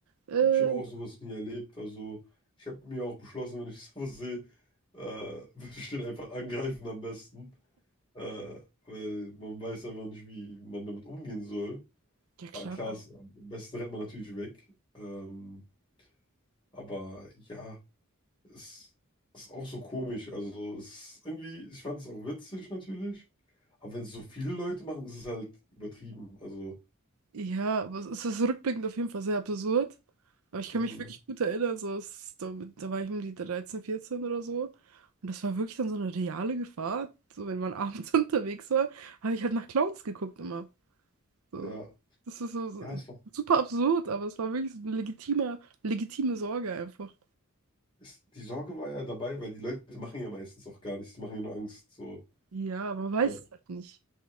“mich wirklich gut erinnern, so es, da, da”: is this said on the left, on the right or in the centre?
Right